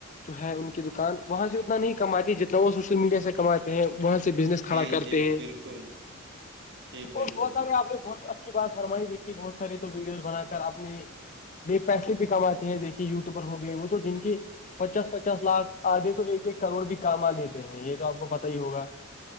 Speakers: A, on the left (about 35°); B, on the right (about 55°).
A: جو ہے ان کی دکان وہاں سے اتنا نہیں کماتی جتنا وہ سوشل میڈیا سے کماتی ہیں وہاں سے بزنس کھڑا
B: جی
A: کرتے
B: جی
A: ہیں
B: بالکل جی
A: اور
B: بالکل
A: بہت سارے آپ نے بہت اچھی بات فرمائی دیکھی بہت ساری تو ویڈیوز بنا کر اپنی پیسے بھی کماتے ہیں دیکھیے یوٹٹیوبر ہو گئے وہ تو دن کے پچاس پچاس لاکھ آدھے تو ایک ایک کروڑ بھی کام آ لیتے ہیں یہ تو آپ کو پتا ہی ہوگا